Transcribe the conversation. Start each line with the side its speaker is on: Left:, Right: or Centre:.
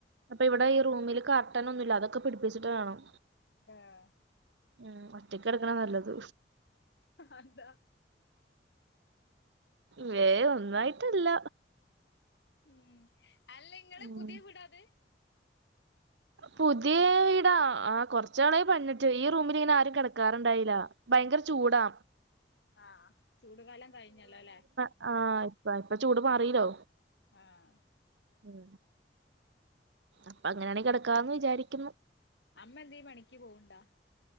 Right: പ്പെവിടെ ഈ റൂമില് കർട്ടനൊന്നുല്ല അതൊക്കെ പിടിപ്പിച്ചിട്ട് വേണം.
Left: ഏഹ്.
Right: ഉം ഒറ്റക്ക്ടക്കണ നല്ലത്.
Left: അതെന്താ.
Right: വേ ഒന്നു ആയിട്ടല്ല.
Left: ഉം അല്ലങ്ങള്
Right: ഉം
Left: പുതിയ വീടാത്.
Right: പുത്യേ വീടാ ആഹ് കൊർച്ചാളായി പൺഞ്ഞിട്ട് ഈ റൂമിലിങ്ങനെ ആരും കെ ടക്കാറ്ണ്ടായില ഭയങ്കര ചൂടാ
Left: ആഹ് ചൂട് കാലം കഴിഞ്ഞല്ലോ ല്ലെ
Right: ആഹ് ഇപ്പ ഇപ്പ ചൂട് മാറിലോ
Left: ആഹ്
Right: ഉം അപ്പങ്ങനാണങ്കി കടക്കാന്ന് വിചാരിക്കുന്നു
Left: അമ്മന്തേ പണിക്ക് പോവ്ണ്ടാ